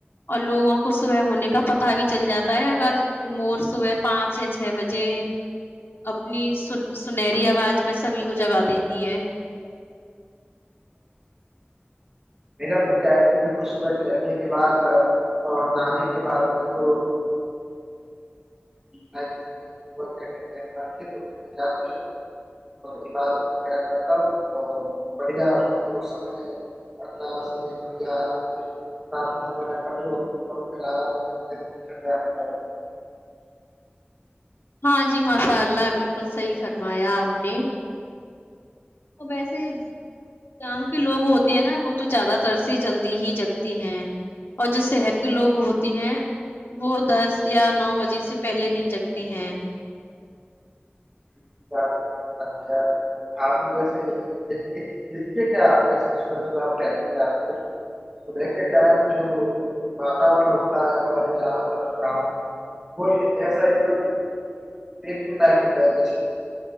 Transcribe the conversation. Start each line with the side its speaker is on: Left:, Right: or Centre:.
Left: اور لوگوں کو صبح ہونے کا پتا بھی چل جاتا ہے اگر مور صبح پانچ یا چھ بجے جی اپنی سن سنہری آواز میں سبھی کو جگا دیتی ہے
Right: میرا تو کیا ہے کہ میں تو صبح ٹہلنے کے بعد اور نہانے کے بعد میں تو کیا کہتے ہےجاکے عبادت وغیرہ کرتا ہوں اور <unintelligible>
Left: ہاں جی ماشاء اللہ بالکل صحیح فرمایا آپ نے وہ ویسے گاؤں کے لوگ ہوتے ہیں نا وہ تو زیادہ تر سے جلدی ہی جگتی ہیں اور جو شہر کے لوگ ہوتے ہیں وہ دس یا نو بجے سے پہلے نہیں جگتے ہیں
Right: <inaudible>